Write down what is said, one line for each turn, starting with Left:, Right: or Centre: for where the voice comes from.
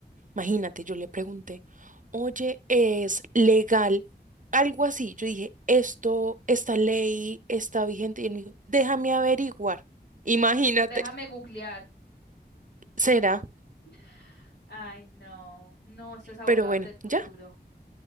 Right: imagínate, yo le pregunté, oye, ¿es legal? Algo así. Yo dije, esto, esta ley está vigente. Y él me dijo, déjame averiguar. Imagínate,
Left: Déjame googlear.
Right: será.
Left: <laughs> Ay, no, no, estos abogados
Right: Pero bueno,
Left: del futuro.
Right: ya.